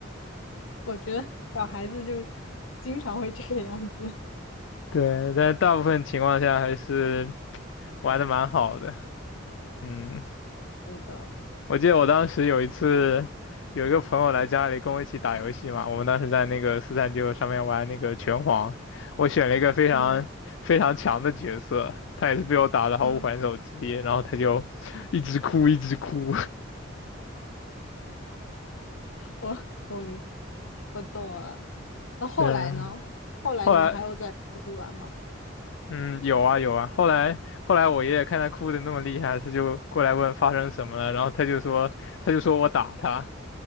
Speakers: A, on the left; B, on the left.
A: 我觉得小孩子就是经常会这个样子。
B: 对，但大部分情况下还是玩的蛮好的。嗯。
A: <laughs> 是的，
B: 我记得我当时有一次，有一个朋友来家里跟我一起打游戏嘛，我们当时在那个四三九九上面玩那个拳皇，我选了一个非常非常强的角色，
A: 嗯
B: 他也是被我打得毫无还手之力，
A: 嗯，
B: 然后他就 <laughs> 一直哭一直哭，
A: 我我明我懂了。
B: <laughs>
A: 那后来呢？
B: 对，
A: 后来你们还有在出去玩吗？
B: 后来嗯有啊有啊，后来后来我爷爷看他哭的那么厉害，他就过来问发生什么了，然后他就说他就说我打他，